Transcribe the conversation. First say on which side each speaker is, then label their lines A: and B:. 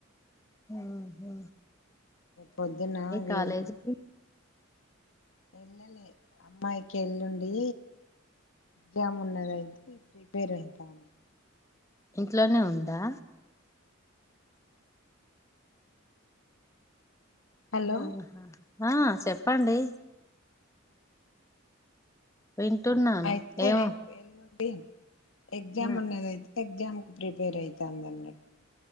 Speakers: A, on the left; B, on the left.
A: ఆ హ్
B: పొద్దున్న విల్
A: కాలేజీకి
B: ఎల్లలే అమ్మాయికి ఎల్లుండి ఎగ్జామ్ ఉన్నదయితే ప్రిపేర్ అయితాంది.
A: ఇంట్లోనే ఉందా
B: హలో
A: ఆహా ఆ చెప్పండి వింటున్నాను
B: ఐతే
A: ఏమో
B: రేప్ ఎలుం డి ఎగ్జామ్
A: ఆ
B: ఉన్నదిగ అయితే ఎగ్జామ్ కి ప్రిపేరైతందమే